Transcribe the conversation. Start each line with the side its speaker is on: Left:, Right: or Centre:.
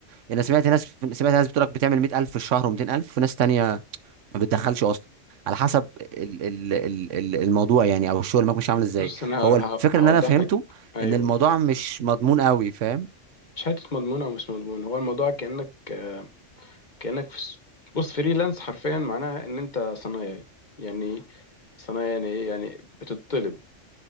Right: يعني انا سمعت ناس سمعت ناس بتقول لك بتعمل 100000 في الشهر و200000 وناس تانية ما بتدخلش اصلا على حسب ال ال ال ال الموضوع يعني او الشغل معاك مش عامل ازاي
Left: بص انا
Right: فهو
Left: ه-
Right: الفكره
Left: ه- هوضح
Right: ان انا فهمته
Left: لك ايوه
Right: ان الموضوع مش مضمون قوي فاهم
Left: مش حته مضمونه ومش مضمون هو الموضوع كأنك آه، كأنك في س- بص فريلانس حرفيا معناها ان انت صنايعي يعني إيه؟ صنايعي يعني ايه يعني بتطلب